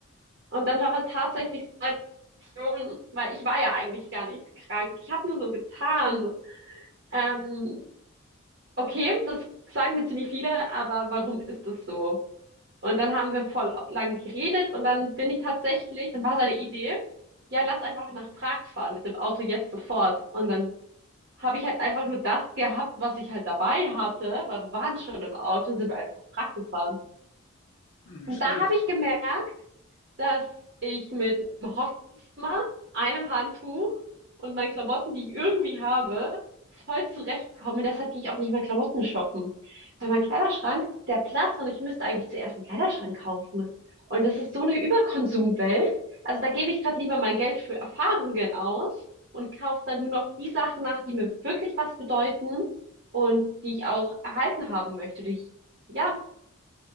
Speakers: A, on the right (about 50°); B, on the left (about 60°).
A: Und dann war es tatsächlich seine Reaktion, weil ich war ja eigentlich gar nicht krank. Ich habe nur so getan. Ähm, okay, das sagen mir ziemlich viele, aber warum ist das so? Und dann haben wir voll lange geredet und dann bin ich tatsächlich, dann war seine Idee, ja, lass einfach nach Prag fahren mit dem Auto jetzt sofort. Und dann habe ich halt einfach nur das gehabt, was ich halt dabei hatte, weil wir waren schon im Auto und sind einfach nach Prag gefahren.
B: Hm, nicht
A: Und
B: schlecht.
A: da habe ich gemerkt, dass ich mit einem Hosmer, einem Handtuch und meinen Klamotten, die ich irgendwie habe, voll zurechtkomme. Deshalb gehe ich auch nicht mehr Klamotten shoppen. Weil mein Kleiderschrank, der Platz und ich müsste eigentlich zuerst einen Kleiderschrank kaufen. Und das ist so eine Überkonsumwelt. Also da gebe ich gerade lieber mein Geld für Erfahrungen aus und kaufe dann nur noch die Sachen nach, die mir wirklich was bedeuten und die ich auch erhalten haben möchte, die ich ja